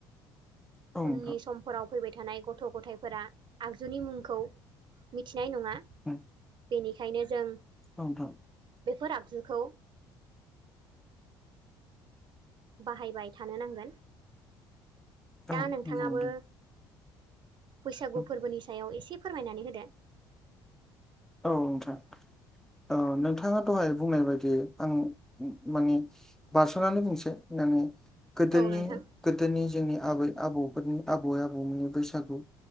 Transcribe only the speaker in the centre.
औ नंगौ नोंथां उम औ नोंथां
उ
औ नोंथां
औ नंगौ
नोंथां
उम
औ नोंथां अ नोंथाङा दहाय बुंनाय बायदि आं मानि बारस'नानै बुंसै नानि गोदोनि
गोदोनि जोंनि आबै आबौफोरनि आबय आबौ मोननि बैसागु